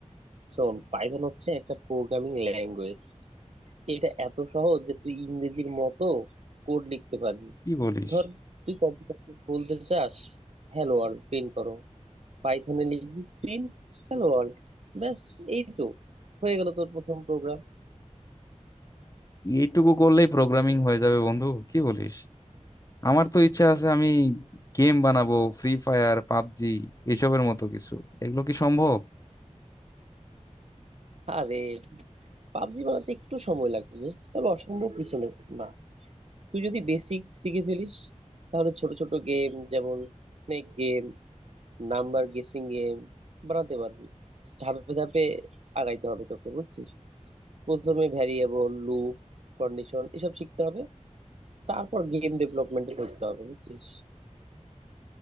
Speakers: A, on the right; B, on the left.
A: শোন পাইথন হচ্ছে একটা প্রোগ্রামিং ল্যাঙ্গুয়েজ এটা এত সহজ যে তুই ইংরেজির মতো কোড লিখতে পারবি
B: কি বলিস
A: ধর তুই কম্পিউটার বলতে চাস হ্যালো ওয়ার্ল্ড প্রিন্ট করো পাইথনে লিখবি প্রিন্ট হ্যালো ওয়ার্ল্ড ব্যাস এই তো হয়ে গেল তোর প্রথম প্রোগ্রাম
B: এইটুকু করলেই প্রোগ্রামিং হয়ে যাবে বন্ধু কি বলিস আমার তো ইচ্ছা আছে আমি গেম বানাবো ফ্রি ফায়ার পাবজি এসবের মতো কিছু এগুলো কি সম্ভব
A: আরে পাবজি বানাতে একটু সময় লাগবে তবে অসম্ভব কিছু না না। তুই যদি বেসিক শিখে ফেলিস তাহলে ছোট ছোট গেম যেমন snake game number guessing game বানাতে পারবি ধাপে ধাপে আগাইতে হবে তোকে বুঝছিস প্রথমে ভ্যারিয়েবল লুপ কন্ডিশন এসব শিখতে হবে তারপর গেম ডেভেলপমেন্টে ঢুকতে হবে বুঝছিস